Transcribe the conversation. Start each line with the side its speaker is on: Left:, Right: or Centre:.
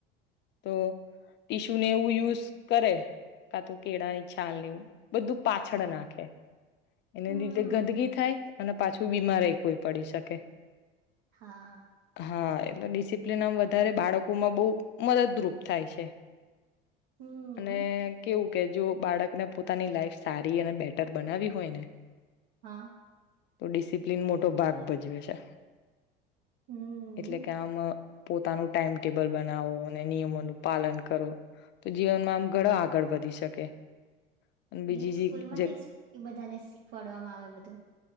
Left: તો ટીશ્યુને એવું યુઝ કરે. કા તો કેળાની છાલ ને એવ બધું પાછળ નાખે એને
Right: હમ
Left: લીધે ગંદગી થાય અને પાછું બીમારઇ કોઈ પડી શકે.
Right: હા.
Left: હા એટલે ડિસિપ્લીન આમ વધારે બાળકોમાં બહુ મદદરૂપ થાય છે
Right: હમ
Left: અને કેવું કે જો બાળકને પોતાની લાઈફ સારી અને બેટર બનાવી હોય ને
Right: હા
Left: તો ડિસિપ્લિન મોટો ભાગ ભજવે છે
Right: હમ
Left: એટલે કે આમ પોતાનું ટાઈમટેબલ બનાવો નિયમોનું પાલન કરો તો જીવનમાં આમ ઘણા આગળ વધી શકે અને
Right: એટલે
Left: બીજી
Right: સ્કૂલ માંથી
Left: જે
Right: જ એ બધાને શીખવાડવામાં આવે બધું